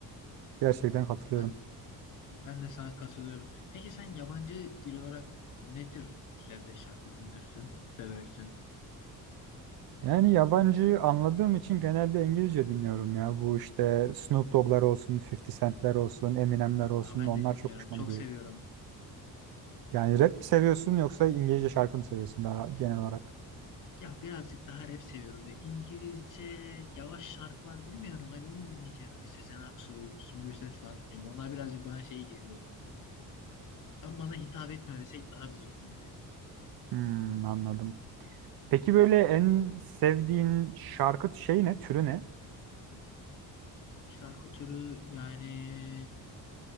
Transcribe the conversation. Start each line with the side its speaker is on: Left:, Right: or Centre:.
Right: Gerçekten katılıyorum.
Left: Ya ben ben de sana katılıyorum. Peki sen yabancı dil olarak ne tür dillerde şarkı dinlersin, seversin?
Right: Yani yabancı anladığım için genelde İngilizce dinliyorum ya. Bu işte Snoop Dogg'lar olsun, 50 Cent'ler olsun, Eminem'ler olsun
Left: Aa, ben
Right: onlar
Left: de dinliyorum,
Right: çok hoşuma
Left: çok
Right: gidiyor.
Left: seviyorum.
Right: Yani rap mi seviyorsun yoksa İngilizce şarkı mı seviyorsun daha genel olarak?
Left: Ya birazcık daha rap seviyorum. Böyle İngilizce yavaş şarkılar bilmiyorum. Hani onu dinleyeceğime bir Sezen Aksu, Müslüm Gürses falan dinliyorum. Onlar birazcık bana şey geliyor. Tam bana hitap etmiyor desek daha düzgün olur ya.
Right: Hmm, anladım. Peki böyle en sevdiğin şarkı şeyi ne, türü ne?
Left: Şarkı türü yani